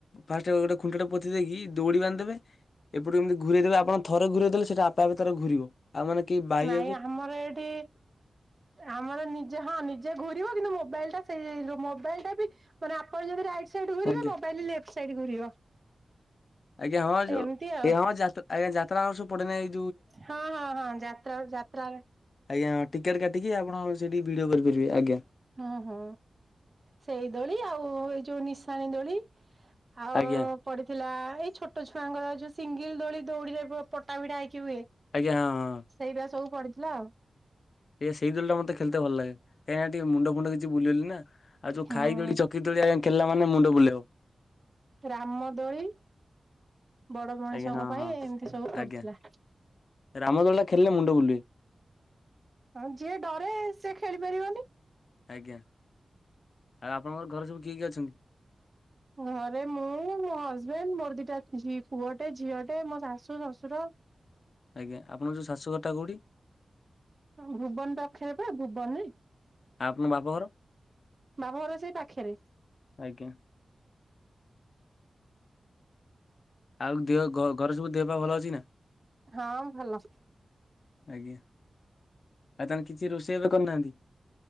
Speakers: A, on the left; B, on the right.
A: ଫାଷ୍ଟ ଗୋଟେ ଖୁଣ୍ଟଟେ ପୋତି ଦେଇକି ଦୌଡି ବାନ୍ଧ ଏପଟୁ ଏମିତି ଘୁରେଇଦେବେ ଆପଣ ଥରେ ଘୁରେଇଦେଲେ। ସେଟା ଆପେ ଆପେ ତାର ଘୁରିବ ଆଉ ମାନେ କି ବାଇ
B: ନାଇଁ ଆମର ଏଇଠି, ଆମର ନିଜେ ହଁ ନିଜେ ଘୁରିବ କିନ୍ତୁ ମୋ ମୋବାଇଲ୍ ଟା ସେଇ ମୋବାଇଲ ଟା ବି ମାନେ ଆପଣ ଯଦି ଯା ସେଇଟି ଘୁରିବ,
A: ଆଜ୍ଞା
B: ମୋବାଇଲ ଲେଫ୍ଟ ସାଇଡ୍ ଘୁରିବ।
A: ଆଜ୍ଞା ହଁ, ଯୋଉ
B: ଏମିତି
A: ହଁ,
B: ଆଉ
A: ଯାତ୍ରା ଆଜ୍ଞା ଯାତ୍ରା ଯୋଉ ସବୁ ପଡେ ନେଇ
B: ହଁ- ହଁ- ହଁ ଯାତ୍ରା ଯାତ୍ରାରେ।
A: ଆଜ୍ଞା ଟିକେଟ୍ କାଟିକି, ଆପଣ ସେଠି ଭିଡ଼ିଓ କରିପାରିବେ ଆଜ୍ଞା।
B: ହଁ -ହଁ ସେଇ ଦୋଳି, ଆଉ ଏଇ ଯୋଉ ନିଶାଣି ଦୋଳି। ଆଉ
A: ଆଜ୍ଞା
B: ପଡିଥିଲା। ଏଇ ଛୋଟ ଛୁଆଙ୍କର ଯୋଉ ସିଙ୍ଗଲ ଦୋଳି ଦଉଡିରେ ପଟା ଭିଡା ହେଇ କି ହୁଏ,
A: ଆଜ୍ଞା ହଁ ହଁ।
B: ସେଇଟା ସବୁ ପଡିଥିଲା ଆଉ।
A: ଏ ସେଇ ଦୋଳିଟା ମତେ ଖେଲତେ ଭଲ ଲାଗେ। ଏଇଆ ଟିକେ ମୁଣ୍ଡ ଫୁଣ୍ଡ କିଛି ବୁଲେଇଲି ନା, ଆଉ ଯୋଉ
B: ହୁଁ
A: ଖାଇ ତୋଳି ଚକ୍ରି ତୋଳି ଖେଳିଲା ମାନେ ମୁଣ୍ଡ ବୁଲେଇବ।
B: ରାମଦୋଳି। ବଡ ମଣିଷଙ୍କ
A: ଆଜ୍ଞା ହଁ
B: ପାଇଁ
A: ହଁ।
B: ଏମିତି ସବୁ ପଡିଥିଲା।
A: ଆଜ୍ଞା ରାମଦୋଳିଟା ଖେଳିଲେ ମୁଣ୍ଡ ବୁଲେ
B: ହଁ ଯିଏ ଡରେ ସେ ଖେଳି ପାରିବନି।
A: ଆଜ୍ଞା ଆଉ ଆପଣଙ୍କର ଘରେ ସବୁ କିଏ କିଏ ଅଛନ୍ତି?
B: ଘରେ ମୁଁ ମୋ ହଜବେଣ୍ଡ ମୋର ଦିଟା, ପୁଅଟେ ଝିଅଟେ ମୋ ଶାଶୁ ଶଶୁର।
A: ଆଜ୍ଞା ଆପଣଙ୍କର ଯୋଉ ଶାଶୁଘରଟା କୋଉଠି?
B: ଭୁବନ ପାଖରେ ବା ଭୁବନରେ
A: ଆଉ ଆପଣଙ୍କ ବାପଘର
B: ବାପଘର ସେଇ ପାଖେରେ।
A: ଆଜ୍ଞା ଆଉ ଦିହ, ଘରେ ସବୁ ଦେହ ପାହ ଭଲ ଅଛି ନା?
B: ହଁ ଭଲ।
A: ଆଜ୍ଞା ଆଉ ତାହେଲେ କିଛି ରୋଷେଇ ଏବେ କରୁନାହାନ୍ତି?